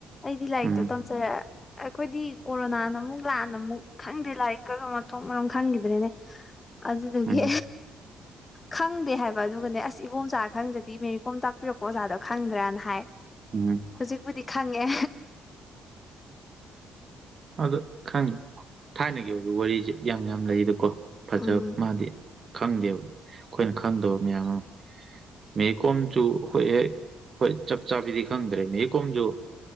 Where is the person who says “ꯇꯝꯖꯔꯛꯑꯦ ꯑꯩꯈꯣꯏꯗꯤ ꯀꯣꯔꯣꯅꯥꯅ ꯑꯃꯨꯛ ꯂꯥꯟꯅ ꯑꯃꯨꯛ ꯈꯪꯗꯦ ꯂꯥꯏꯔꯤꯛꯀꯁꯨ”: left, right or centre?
Left